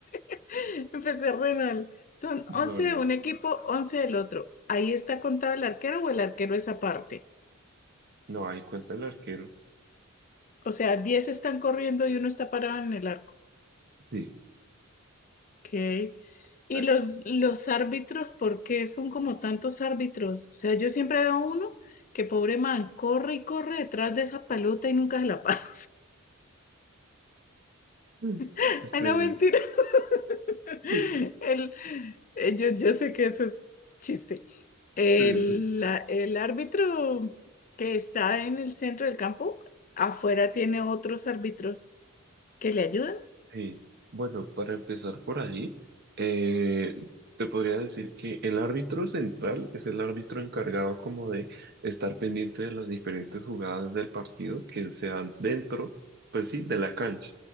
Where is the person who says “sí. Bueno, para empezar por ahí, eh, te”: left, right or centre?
Right